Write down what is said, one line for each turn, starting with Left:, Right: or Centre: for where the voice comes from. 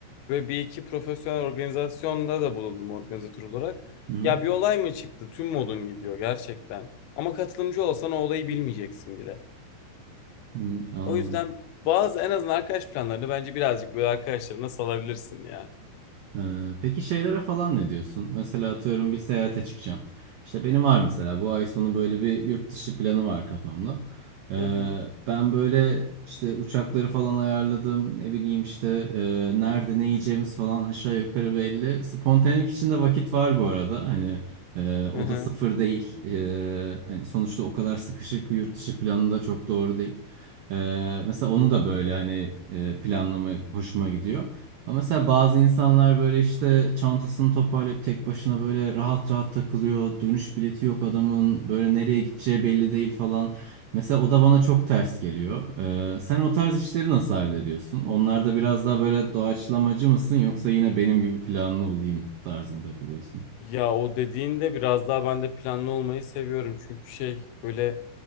Left: Böyle bir iki profesyonel organizasyonda da bulundum organizatör olarak.
Right: Hı,
Left: Ya bir olay mı çıktı? Tüm modun gidiyor gerçekten. Ama katılımcı olsan o olayı bilmeyeceksin bile.
Right: hı, anladım.
Left: O yüzden bazı en azından arkadaş planlarını bence birazcık böyle arkadaşlarına salabilirsin ya.
Right: Ee, Peki şeylere falan ne diyorsun? Mesela atıyorum bir seyahate çıkacağım. İşte benim var mesela bu ay sonu böyle bir yurt dışı planı var kafamda. Ee,
Left: Hı hı.
Right: ben böyle işte uçakları falan ayarladım. Ne bileyim işte e, nerede ne yiyeceğimiz falan aşağı yukarı belli. Spontanelik içinde vakit var bu arada. Hani e, o
Left: Hı hı.
Right: da sıfır değil. Ee, hani sonuçta o kadar sıkışık yurt dışı planı da çok doğru değil. Ee, mesela onu da böyle hani e, planlama hoşuma gidiyor. Ama mesela bazı insanlar böyle işte çantasını toparlayıp tek başına böyle rahat rahat takılıyor. Dönüş bileti yok adamın. Böyle nereye gideceği belli değil falan. Mesela o da bana çok ters geliyor. Ee, sen o tarz işleri nasıl hallediyorsun? Onlarda biraz daha böyle doğaçlamacı mısın yoksa yine benim gibi planlı olayım tarzında takılıyorsun?
Left: Ya o dediğinde biraz daha ben de planlı olmayı seviyorum. Çünkü şey böyle